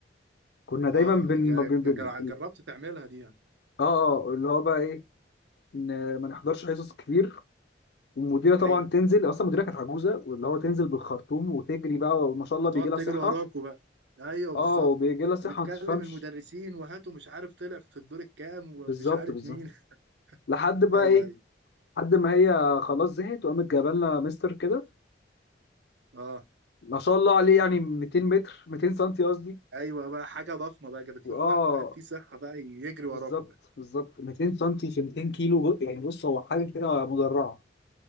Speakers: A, on the left (about 65°); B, on the right (about 80°).
A: كنا دايما
B: اه
A: بن
B: ج...
A: بن بن
B: ج- جربت تعملها دي يعني
A: اه اه اللي هو بقى ايه ان ما نحضرش حصص كتير والمديره طبعا
B: ايوه
A: تنزل اصلا المديره كانت عجوزه واللي هو تنزل بالخرطوم وتجري بقى وما شاء الله
B: وتقعد
A: بيجي لها
B: تجري
A: صحه
B: وراكوا بقى ايوه
A: اه
B: بالظبط
A: وبيجي لها صحه
B: وتكلم
A: ما تفهمش
B: المدرسين وهاتوا مش عارف طلع في الدور الكام ومش
A: بالظبط
B: عارف
A: بالظبط
B: مين
A: لحد
B: <laughs>
A: بقى
B: ايوه
A: ايه
B: ايوه
A: لحد ما هي خلاص زهقت وقامت جايبه لنا مستر كده
B: اه
A: ما شاء الله عليه يعني 200 متر 200 سنتي قصدي
B: ايوه بقى حاجه ضخمه بقى جابت
A: واه
B: لكم واحد فيه صحه بقى يجري
A: بالظبط
B: وراكوا بقى
A: بالظبط 200 سنتي في 200 كيلو يعني بص هو حاجه كده مدرعه